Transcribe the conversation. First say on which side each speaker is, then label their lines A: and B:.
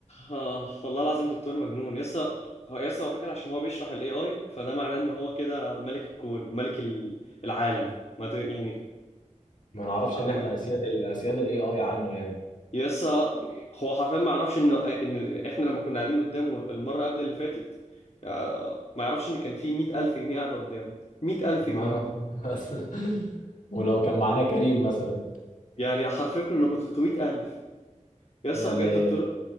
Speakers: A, on the left (about 55°); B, on the left (about 80°).
A: آه والله العظيم دكتور مجنون يسا هو يسا هو فاكر عشان هو بيشرح ال AI فده معناه إن هو كده ملك الكون وملك ال- العالم ما ت- يعني
B: ما نعرفش
A: آه،
B: ان
A: ما-
B: احنا اسياد ال اسياد الاي اي عنه يعني
A: يسا هو حرفيا ما يعرفش إن إن إحنا لما كنا قاعدين قدامه المرة قبل اللي فاتت آه، ما يعرفش إن كان في مئة ألف جنيه قاعدة قدامه مئة ألف
B: ما
A: جنيه
B: ما- بس <laughs> ولو كان معانا كريم مثلا
A: يعني حرفيا كنا نبقى 300 ألف يسا
B: يعني
A: بجد دكتور